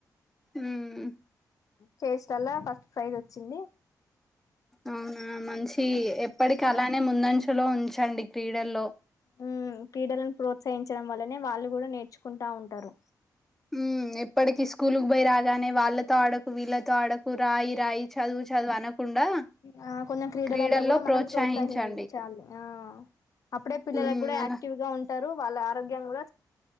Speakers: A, in the centre; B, on the left (about 55°).
A: ఉమ్
B: చైర్స్లల్ల ఫస్ట్ ప్రైజ్ ఓచ్చింది
A: అవున మంచి ఎప్పడికలానే ముందంచలో ఉంచండి క్రీడల్లో
B: ఉమ్ క్రీడలనీ ప్రోత్సహించడం వల్లనే వాళ్ళు గుడ నేర్చుకుంటా ఉంటారు
A: ఉమ్ ఎప్పటికి స్కూల్కు పోయి రాగానే వాళ్ళతో ఆడకు వీళ్ళతో ఆడకు రాయి రాయి చదువు చదువు అనకుండా
B: ఆ కొంచం క్రీడలలో
A: క్రీడల్లో
B: గూడ మనం
A: ప్రోత్సహించండి
B: ప్రోత్సహించాలి ఆ అప్పుడే పిల్లలక్
A: ఉమ్
B: గూడ
A: అలా
B: యాక్టివ్ గా ఉంటారు వాళ్ళ ఆరోగ్యం గూడ